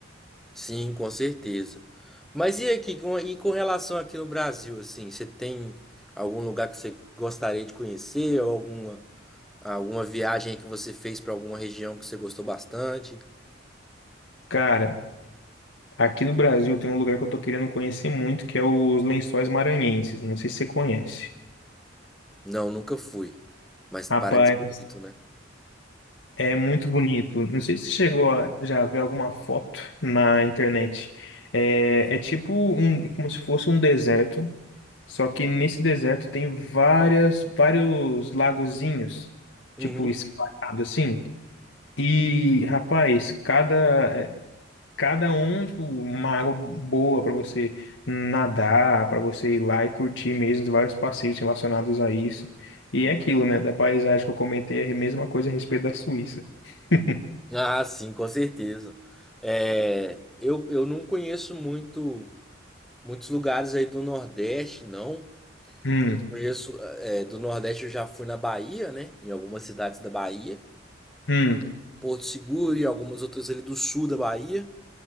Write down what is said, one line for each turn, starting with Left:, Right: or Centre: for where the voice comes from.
Centre: Sim, com certeza. Mas e aqui, com, e com relação aqui no Brasil, assim, você tem algum lugar que você gostaria de conhecer, ou alguma Alguma viagem que você fez pra alguma região que você gostou bastante?
Left: Cara. Aqui no Brasil tem um lugar que eu tô querendo conhecer muito, que é os Lençóis Maranhenses. Não sei se você conhece.
Centre: Não, nunca fui, mas
Left: Rapaz,
Centre: parece bonito, né?
Left: é muito bonito. Não sei se você chegou a já ver alguma foto na internet. É, é tipo um, é como se fosse um deserto, só que nesse deserto tem várias, vários lagozinhos,
Centre: Uhum.
Left: tipo espalhado assim. E, rapaz, cada é, Cada um, tipo, uma água boa para você nadar, para você ir lá e curtir mesmo vários passeios relacionados a isso. E é aquilo, né? Da paisagem que eu comentei, é a mesma coisa a respeito da Suíça. <laughs>
Centre: Ah, sim, com certeza. É, eu, eu não conheço muito muitos lugares aí do Nordeste, não.
Left: Hum,
Centre: Eu conheço é, do Nordeste, eu já fui na Bahia, né? Em algumas cidades da Bahia,
Left: hum,
Centre: Porto Seguro e algumas outras ali do sul da Bahia.